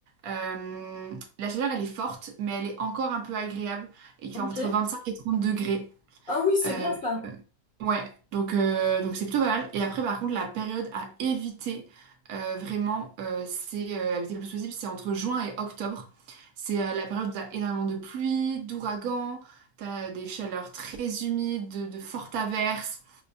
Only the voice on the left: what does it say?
ok.
Ah oui, c'est
bien ça.